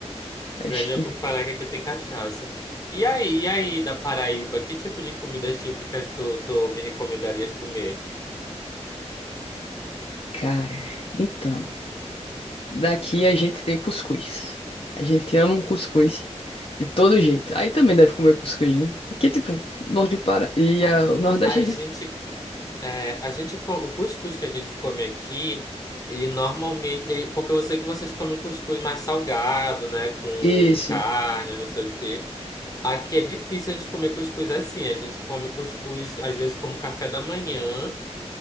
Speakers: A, on the left; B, on the left.
A: Acho
B: Velho,
A: que,
B: eu vou parar que aqui tem cachaça. E aí, e aí, da Paraíba, que tipo de comidas típicas tu, tu me recomendarias comer?
A: cara, então, daqui a gente tem cuscuz. A gente ama um cuscuz. De todo jeito. Aí também deve comer cuscuz, né? Que tipo, norte do Pará e
B: A,
A: ah, o Nordeste
B: a
A: a
B: gente,
A: gente...
B: é, a gente, co- o cuscuz que a gente come aqui, ele normalmente, ele- porque eu sei que vocês comem cuscuz mais salgado, né, com
A: Isso,
B: carne, não sei o quê. Aqui é difícil a gente comer cuscuz assim, a gente come cuscuz às vezes como café da manhã.